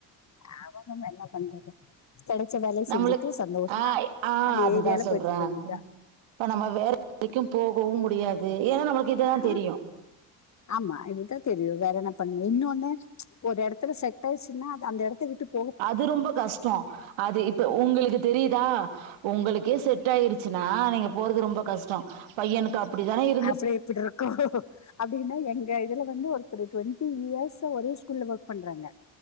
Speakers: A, on the left; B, on the right.
A: ஆமா மேம் என்ன பண்றது கெடச்ச வேல
B: நம்மளுக்
A: செஞ்சுட்டு சந்தோஷமா
B: ஆ ஆ
A: அந்த
B: அதுதா
A: ஏரியால
B: சொல்றே
A: போயிட்டு இருக்க வேண்டியதா
B: இப்ப நம்ம வேற க்கு போகவு முடியாது ஏன்னா நமக்கு இதுதா
A: ஆ
B: தெரியு
A: ஆமா இதுதா தெரியு வேற என்ன பண்ண முடியு இன்னொன்னு ஒரு எடத்துல செட் ஆயிச்சுன்னா அது அந்த எடத்த விட்டுப்
B: அது ரொம்ப கஷ்டோ அது இப்ப உங்களுக்கு தெரிதா உங்களுக்கே செட் ஆயிருச்சுன்னா நீங்க போறது ரொம்ப கஷ்டோ பையனுக் இப்ப அப்டித்தா இ
A: அப்டிய இப்டிருக்கோ அப்டின்னா எங்க இதுல வந்து ஒருத்தரு டுவெண்ட்டி இயர்ஸ் ஒரே ஸ்கூல்ல ஒர்க் பண்றாங்க